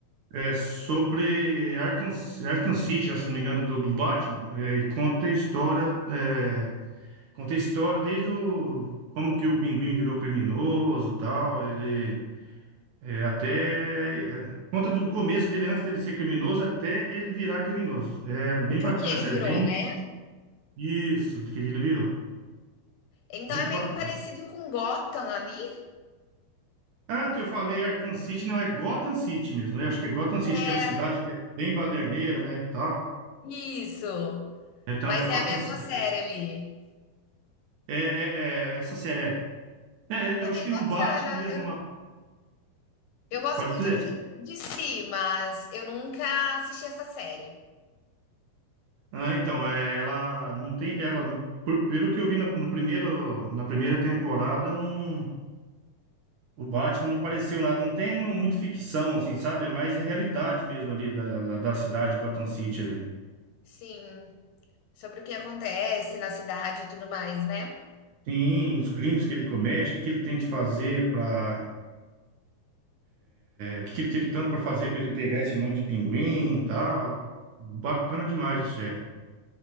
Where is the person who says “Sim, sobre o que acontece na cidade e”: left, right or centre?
Left